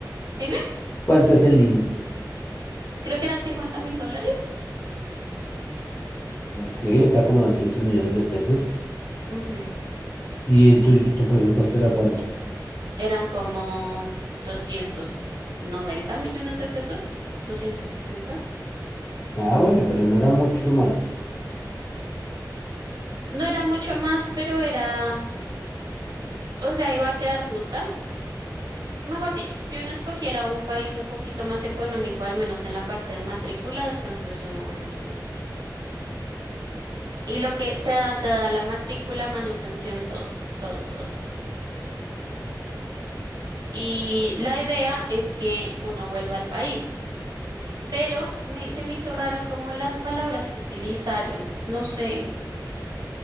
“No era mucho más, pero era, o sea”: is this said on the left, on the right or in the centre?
Right